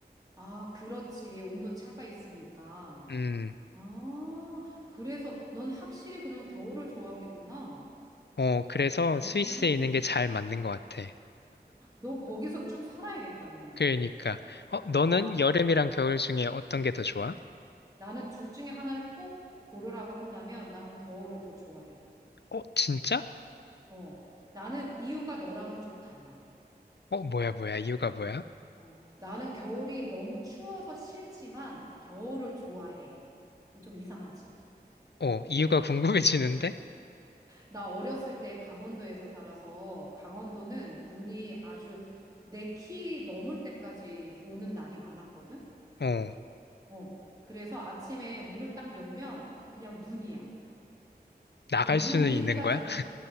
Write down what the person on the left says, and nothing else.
음,
어, 그래서
스위스에 있는 게 잘 맞는 것 같아.
그러니까. 어, 너는
여름이랑
겨울 중에 어떤 게 더 좋아?
어, 진짜?
어, 뭐야, 뭐야, 이유가 뭐야?
어, 이유가 궁금해지는데?
어,
나갈
수는
있는 거야?